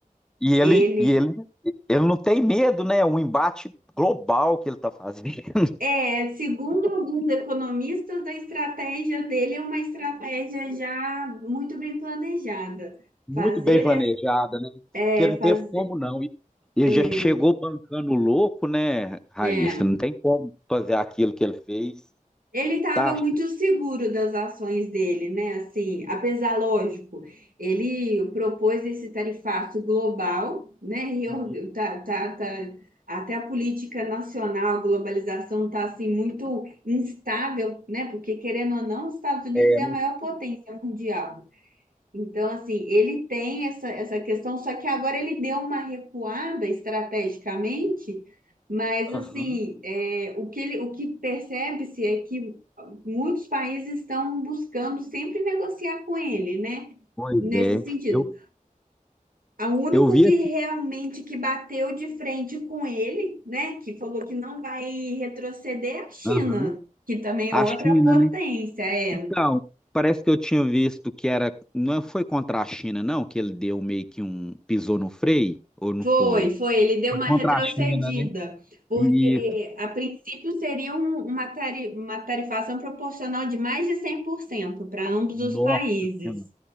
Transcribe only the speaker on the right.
ele
é, segundo alguns economistas, a estratégia dele é uma estratégia já muito bem planejada.
Fazer,
es-
é,
fazer,
é,
né,
Ele
estava
muito seguro das ações dele, né? Assim, apesar, lógico, ele propôs esse tarifaço global, né? Reor-
tá- tá- tá- até a política nacional, a globalização está assim muito instável, né? Porque querendo ou não, os Estados Unidos
é a maior potência mundial. Então, assim, ele tem essa, essa questão, só que agora ele deu uma recuada estrategicamente, mas,
assim, é, o que ele- o que percebe-se é que muitos países estão buscando sempre negociar com ele, né?
Nesse
sentido.
O único
que
realmente que bateu de frente com ele, né, que falou que não vai retroceder é a China,
que também é
outra
potência,
é,
Foi,
foi. Ele deu
uma
retrocedida,
porque
a princípio seria um- uma, tari- uma tarifação proporcional de mais de 100% para ambos
os países.